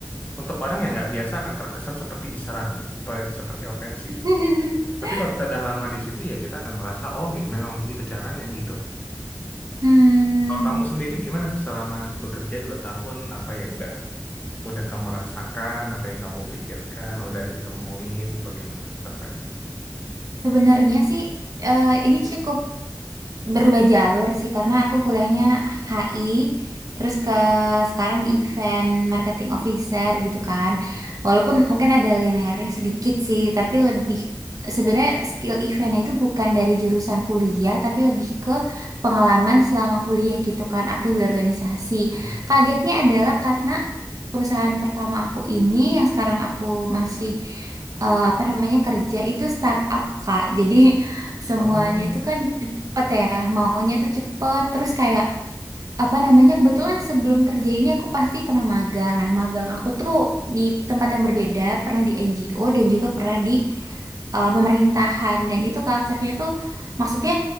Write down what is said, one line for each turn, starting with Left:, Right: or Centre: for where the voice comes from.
Left: untuk orang yang nggak biasa akan terkesan seperti diserang, seperti, seperti ofensif.
Right: <laughs>
Left: Tapi kalau kita udah lama di situ ya kita akan merasa oh ya memang begitu caranya gitu.
Right: Hmm,
Left: Kalau kamu sendiri gimana selama bekerja dua tahun apa yang udah udah kamu rasakan, apa yang kamu pikirkan, udah ditemuin, bagaimana rasanya?
Right: sebenarnya sih eh, ini cukup berubah jalur sih karena aku kuliahnya HI terus ke sekarang di event marketing officer gitu kan walaupun mungkin ada linearnya sedikit sih tapi lebih sebenarnya skill eventnya itu bukan dari jurusan kuliah tapi lebih ke pengalaman selama kuliah gitu kan aktif di organisasi
Left: Hmm.
Right: kagetnya adalah karena perusahaan pertama aku ini yang sekarang aku masih eh, apa namanya kerja itu startup Kak. Jadi <laughs> semuanya
Left: Oh,
Right: itu kan cepet ya maunya tuh cepet terus kayak apa namanya kebetulan sebelum kerja ini aku pasti pernah magang nah magang aku tuh di tempat yang berbeda pernah di NGO dan juga pernah di eh, pemerintahan dan itu culture-nya tuh maksudnya